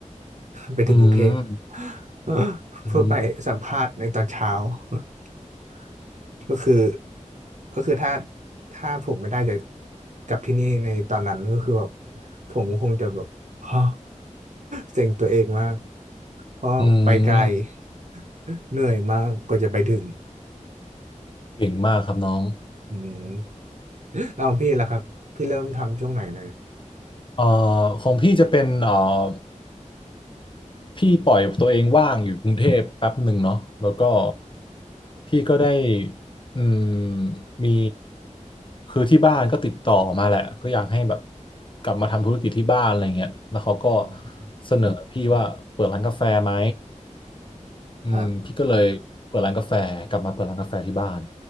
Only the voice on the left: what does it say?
อืม
อืม
อืมอืม
เก่งมากครับน้อง
เอ่อของพี่จะเป็นเอ่อ พี่ปล่อยตัวเองว่างอยู่กรุงเทพแป๊บหนึ่งเนาะแล้วก็พี่ก็ได้อืมมีคือที่บ้านก็ติดต่อมาแหละก็อยากให้แบบกลับมาทำธุรกิจที่บ้านอะไรเงี้ยแล้วเขาก็
เสนอพี่ว่าเปิดร้านกาแฟไหมอืมพี่ก็เลยเปิดร้านกาแฟกลับมาเปิดร้านกาแฟที่บ้าน